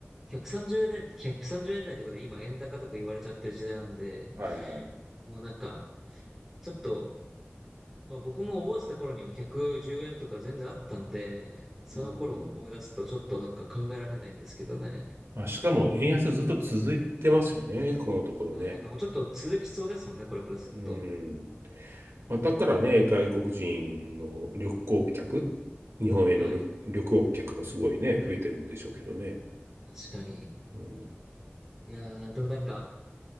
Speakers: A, in the centre; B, on the right.
A: 130円、130円台とかで今円高とか言われちゃってる時代なんで、
B: はいはい。
A: もうなんか、ちょっと、まあ僕も覚えてた頃にはもう110円とか全然あったんで、その頃を思い出すとちょっとなんか考えられないんですけどね。
B: うん。まあしかも円安ずっと続いてますよね、このところね。
A: はい、なんかもうちょっと続きそうですもんね、これからずっと。
B: うん。まあだからね、外国人の旅行客、日本への旅、
A: はい。
B: 旅行客もすごいね、増えてるんでしょうけどね。
A: 確かに。
B: うん。
A: いやー、でもなんか、